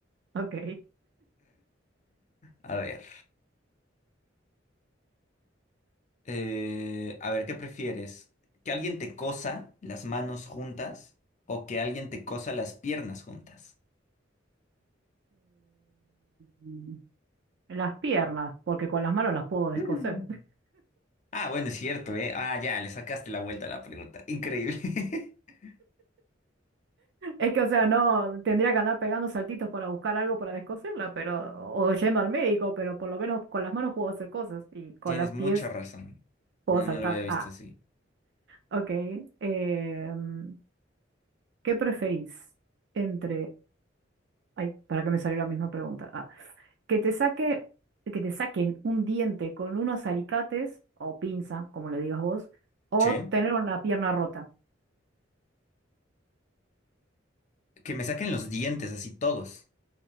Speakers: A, on the right; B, on the left.
A: ok.
B: <laughs> A ver, eh, a ver, ¿qué prefieres? ¿Que alguien te cosa las manos juntas o que alguien te cosa las piernas juntas?
A: Eh, Las piernas, porque con las manos las puedo descoser.
B: Mm.
A: <laughs>
B: Ah, bueno, es cierto, ¿eh? Ah, ya, le sacaste la vuelta a la pregunta. Increíble. <laughs>
A: Es que, o sea, no tendría que andar pegando saltitos para buscar algo para descoserla, pero, o yendo al médico, pero por lo menos con las manos puedo hacer cosas y con
B: Tienes
A: los pies
B: mucha razón.
A: puedo
B: No,
A: saltar.
B: no lo había visto
A: Ah,
B: así.
A: ok. em, ¿qué preferís entre, ay, para que me salió la misma pregunta? Ah, que te saque, que te saquen un diente con unos alicates o pinza, como le digas vos, o
B: Sí.
A: tener una pierna rota.
B: Que me saquen los dientes así todos.